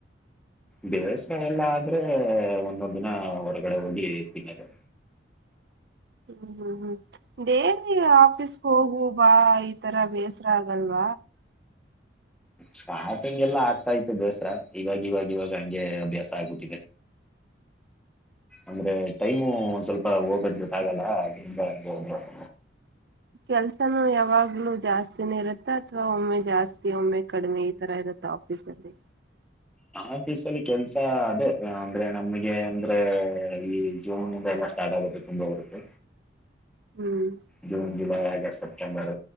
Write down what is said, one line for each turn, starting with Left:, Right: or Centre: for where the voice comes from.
Centre: ಬೇಸ್ <unintelligible> ಎಲ್ಲಾ ಆದ್ರೆ ಒಂದೊಂದ್ ದಿನಾ ಹೊರ್ಗಡೆ ಹೋಗಿ ತಿನ್ನದು.
Right: ಹ್ಮ್ ಹ್ಮ್ ಹ್ಮ್ <unintelligible> ಡೇಲಿ ಆಫೀಸ್ಗ್ ಹೋಗು ಬಾ ಈತರ ಬೇಸ್ರ ಆಗಲ್ವ?
Centre: ಸ್ಟಾರ್ಟಿಂಗ್ ಎಲ್ಲ ಆಗ್ತಾ ಇತ್ತು ಬೇಸ್ರ ಇವಾಗ್ ಇವಾಗ್ ಇವಾಗ್ ಹಂಗೆ ಅಭ್ಯಾಸ ಆಗ್ಬಿಟ್ಟಿದೆ, ಅಂದ್ರೆ ಟೈಮು ಒಂದ್ ಸ್ವಲ್ಪ ಹೋಗೋದ್ ಗೊತ್ತಾಗಲ್ಲ ಅದ್ರಿಂದ ಹಂಗೆ ಅಭ್ಯಾಸ.
Right: ಕೆಲ್ಸನು ಯಾವಾಗ್ಲೂ ಜಾಸ್ತಿನೇ ಇರುತ್ತಾ ಅಥವಾ ಒಮ್ಮೆ ಜಾಸ್ತಿ ಒಮ್ಮೆ ಕಡಿಮೆ ಈ ತರ ಇರುತ್ತಾ ಆಫೀಸಲ್ಲಿ?
Centre: ಆಫೀಸಲ್ಲಿ ಕೆಲ್ಸ ಅದೇ ಅಂದ್ರೆ ನಮಗೆ ಅಂದ್ರೇ ಈ ಜೂನ್ ಇಂದ ಎಲ್ಲಾ ಸ್ಟಾರ್ಟ್ ಆಗುತ್ತೆ ತುಂಬಾ ವರ್ಕು.
Right: ಹ್ಮ್
Centre: ಜೂನ್ ಜುಲೈ ಆಗ್ ಈಗ ಸೆಪ್ಟೆಂಬರ